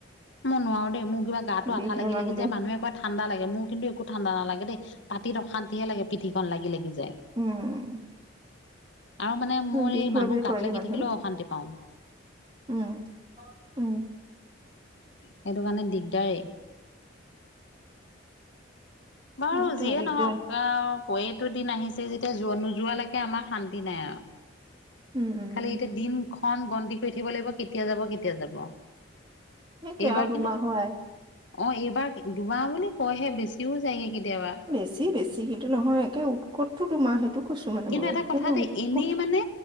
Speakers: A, on the left; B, on the right.
A: মই নোৱাৰো দেই। মোৰ কিবা গাটো
B: বিষ
A: আঠা লাগি
B: বেমাৰ
A: লাগি
B: বুলি
A: যায়। মানুহে কয় ঠা ঠাণ্ডা লাগে। মোৰ কিন্তু একো ঠাণ্ডা নালাগে দেই, পাতিত অশান্তিহে লাগে পিঠিখন লাগি লাগি যায়।
B: উম, উম।
A: আৰু মানে মোৰ
B: বিষ
A: এই
B: হয়
A: মানুহ
B: বুলি
A: গাত
B: কয় যে
A: লাগি
B: মানুহে
A: থাকিলেও অশান্তি পাওঁ।
B: উম, উম।
A: সেইটো কাৰণে দিগদাৰে। বাৰু
B: দিগদাৰ
A: যিয়ে
B: দিগদাৰ
A: নহওক আও প এইটো দিন আহিছে যেতিয়া যোৱা নোযোৱালৈকে আমাৰ শান্তি নাই আও।
B: উম, উম।
A: খালি
B: উম।
A: এতিয়া দিনখন গন্তি কৰি থাকিব লাগিব কেতিয়া যাব, কেতিয়া যাব।
B: সেইটোৱে
A: এইবাৰ
B: আৰু দুমাহ
A: কিন্তু
B: হয়
A: অঁ, এইবাৰ দুমাহ বুলি কয়হে বেছিও যায়গে কেতিয়াবা।
B: বেছি বেছি কিন্তু নহয় একে উৎকটটো তোমাৰ সেইটো কৈছো। মানে
A: কিন্তু
B: মই
A: এটা কথা
B: একে
A: দেই
B: উৎকট
A: এনেই মানে,